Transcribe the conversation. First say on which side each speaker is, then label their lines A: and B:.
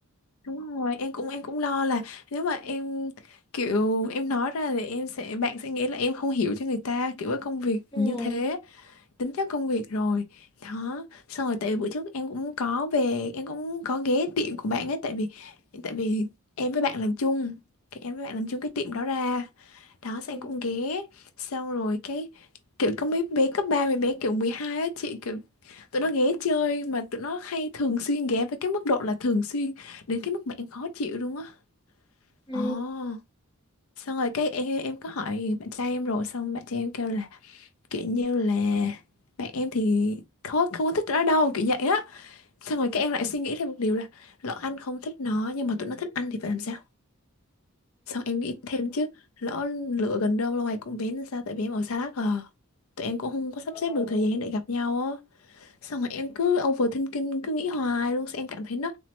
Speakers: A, on the left; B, on the left.
A: Đúng rồi, em cũng em cũng lo là nếu mà em kiểu em nói ra thì em sẽ bạn sẽ nghĩ là em không hiểu cho người ta kiểu cái công việc
B: ừ.
A: như thế tính chất công việc rồi đó xong rồi tại vì bữa trước em cũng có về em cũng có ghé tiệm của bạn ấy tại vì tại vì em với bạn làm chung cái em với bạn làm chung cái tiệm đó ra đó xong
B: Ừ.
A: em cũng ghé xong rồi cái kiểu có mấy bé cấp 3 mấy bé kiểu 12 á chị kiểu tụi nó ghé chơi mà tụi nó hay thường xuyên ghé với cái mức độ là thường xuyên đến cái mức mà em khó chịu luôn á
B: Ừ.
A: ồ xong rồi cái em, em có hỏi bạn trai em rồi xong bạn trai em kêu là kiểu như là bạn em thì không không có thích nó đâu kiểu vậy á xong rồi các em lại suy nghĩ thêm một điều là lỡ anh không thích nó nhưng mà tụi nó thích anh thì phải làm sao xong em nghĩ thêm chứ lỡ lựa gần đâu lâu ngày cũng bén làm sao tại vì em ở xa lắc à tụi em cũng không có sắp
B: Ừ.
A: xếp được thời gian để gặp nhau á xong rồi em cứ overthinking cứ nghĩ hoài luôn xong em cảm thấy nó